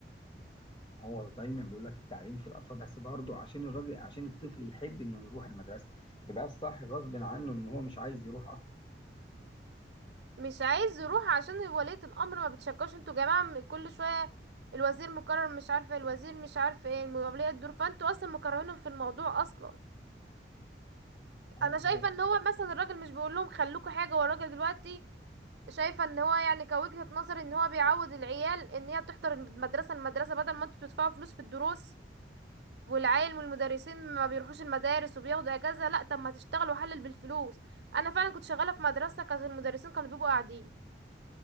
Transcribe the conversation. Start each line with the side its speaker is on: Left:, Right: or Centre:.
Left: هو دايما بيقول لك التعليم في الأطفال بس برضه عشان الراجل عشان الطفل يحب إنه يروح المدرسة يبقى الصح غصب عنه إن هو مش عايز يروح أصلا
Right: مش عايز يروح عشان ولية الأمر ما بتشجعش انتوا يا جماعة م- كل شوية الوزير مكرر مش عارفة الوزير مش عارفة ايه الم- ولية الدور فانتوا اصلا مكرهينه في الموضوع اصلا
Left: هو-
Right: انا شايفة ان هو مثلا الراجل مش بيقول لهم خلوكوا حاجة والراجل دلوقتي شايفة ان هو يعني كوجهة نظر ان هو بيعود العيال ان هي تحضر المدرسة المدرسة بدل ما انتوا بتدفعوا فلوس في الدروس والعيال والمدرسين ما بيروحوش المدارس وبياخدوا اجازة لا طب ما تشتغل وحلل بالفلوس انا فعلا كنت شغالة في مدرسة كانت المدرسين كانوا بيبقوا قاعدين